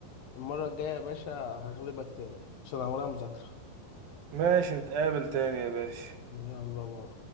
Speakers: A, on the left (about 65°); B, on the right (about 65°).
A: المرة الجاية يا باشا هغلبك تاني عشان أنا ورايا مذاكرة
B: ماشي نتقابل تاني يا باشا
A: يلا باي